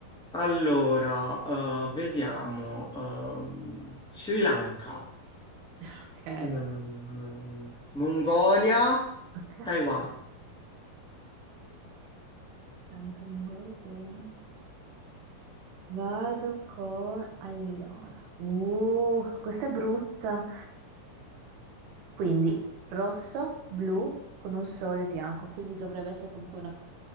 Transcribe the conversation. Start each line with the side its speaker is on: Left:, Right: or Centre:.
Centre: Allora, eh, vediamo, ehm, Sri Lanka,
Right: Ok,
Centre: ehm, Mongolia,
Right: ok.
Centre: Taiwan.
Right: Sri Lanka, Mongolia, Taiwan. Vado con... Allora. Uh, questa è brutta. Quindi rosso, blu con un sole bianco, quindi dovrebbe essere comunque una...